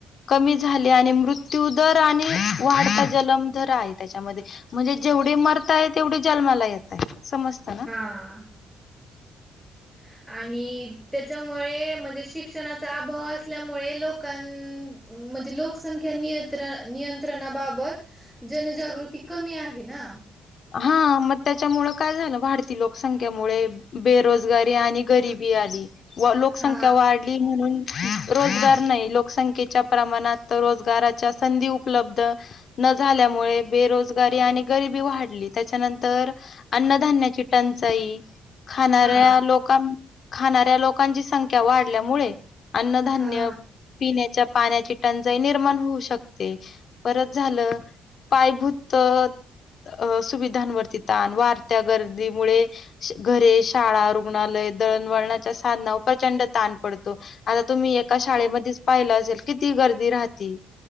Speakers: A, on the left (about 55°); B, in the centre.
A: कमी झाले आणि मृत्यू दर आणि वाढता जलम दर आहे त्याच्यामध्ये म्हणजे जेवढे मरताय तेवढे जन्माला येत आहे. समस्त ना.
B: हा. आणि त्याच्यामुळे म्हणजे शिक्षणाचा अभाव असल्यामुळे लोकां म्हणजे लोकसंख्या नियंत्र नियंत्रणाबाबत जनजागृती कमी आहे ना.
A: हा म. त्याच्यामुळे काय झालं वाढती लोकसंख्यामुळे बेरोजगारी आणि गरीिबी आली. व लोकसंख्या
B: हा
A: वाढली म्हणून... रोजगार नाही लोकसंख्येच्या प्रमाणात रोजगाराच्या संधी उपलब्ध न झाल्यामुळे बेरोजगारी आणि गरबी वाढ... त्याच्यानंतर अन्नधान्याची टंचाई खाणाऱ्या
B: हा
A: लोकां खाणाऱ्या लोकांची संख्या वाढल्यामुळे अन्नधान्य,
B: हा
A: पिण्याच्या पाण्याची टंचाई निर्माण होऊ शकते. परत झालं पायभूत अ सुविधांवरती ताण वाढत्या गर्दीमुळे घरे, शाळा, रुग्णालय, दळणवळणाच्या साधनावर प्रचंड ताण पडतो. आता तुम्ही एका शाळेमध्ये पाहिलं असेल किती गर्दी राहती.